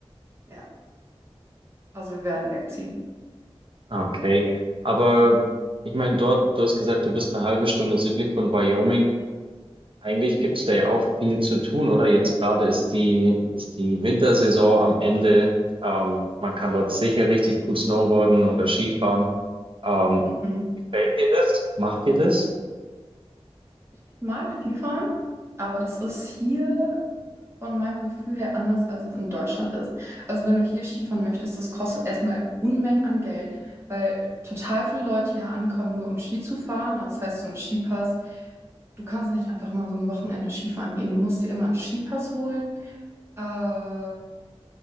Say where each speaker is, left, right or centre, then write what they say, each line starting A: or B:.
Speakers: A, on the right (about 25°); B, on the right (about 55°).
A: ja, also wir werden wegziehen.
B: Ah, Okay, aber ich meine, dort, du hast gesagt, du bist eine halbe Stunde südlich von Wyoming. Eigentlich gibt es da ja auch viel zu tun, oder? Jetzt gerade ist die, ist die Wintersaison am Ende. Ähm, man kann dort sicher richtig gut snowboarden oder Skifahren. Ähm,
A: Mhm.
B: gefällt dir das? Macht dir das?
A: Ich mag Skifahren, aber das ist hier von meinem Gefühl her anders, als es in Deutschland ist. Also wenn du hier Skifahren möchtest, das kostet erstmal Unmengen an Geld, weil total viele Leute hier ankommen, nur um Ski zu fahren. Also das heißt, so ein Skipass. Du kannst nicht einfach mal so ein Wochenende Skifahren gehen. Du musst dir immer einen Skipass holen. Äh,